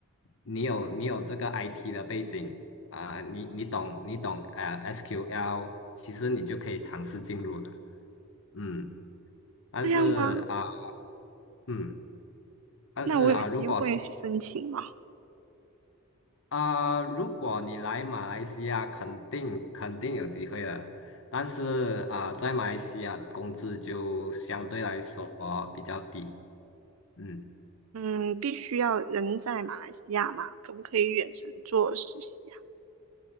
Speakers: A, on the left; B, on the right.
A: 你有你有这个 IT 的背景啊、你你懂你懂呃 SQL，其实你就可以尝试进入了，嗯，但是啊、
B: 这样吗？
A: 嗯，但是啊、
B: 那我有机会去申请吗？
A: 如果是啊、如果你来马来西亚，肯定肯定有机会的。但是啊、在马来西亚工资就相对来说比较低。嗯，
B: 嗯，必须要人在马来西亚吗？可不可以远程做实习呀？